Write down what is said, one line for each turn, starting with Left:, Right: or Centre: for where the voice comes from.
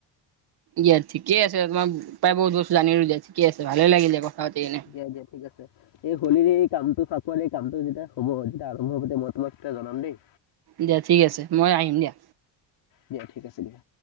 Right: ঠিক আ ঠিকে আছে তোমাৰ প্ৰায় বহু বস্তু জানিলো দিয়া ঠিকে আছে ভালেই লাগিল। কথা পাতি কিনে
Left: দিয়া, দিয়া ঠিক আছে। এই হোলীৰ এই কামটো ফাকুৱাৰ এই কামটো যেতিয়া হ'ব তেতিয়া আৰম্ভ হওঁতে মই তোমাক তেতিয়া জনাম দেই।
Right: দিয়া ঠিক আছে, মই আহিম দিয়া।
Left: দিয়া, ঠিক আছে দিয়া।